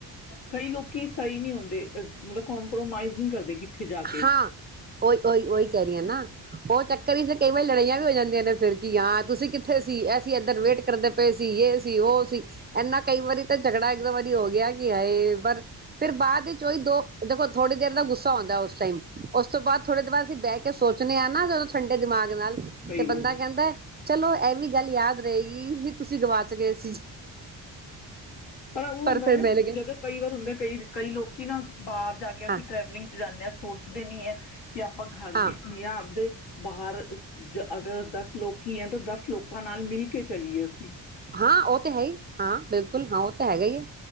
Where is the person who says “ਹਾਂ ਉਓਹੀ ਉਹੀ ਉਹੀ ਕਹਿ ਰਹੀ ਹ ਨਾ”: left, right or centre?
Right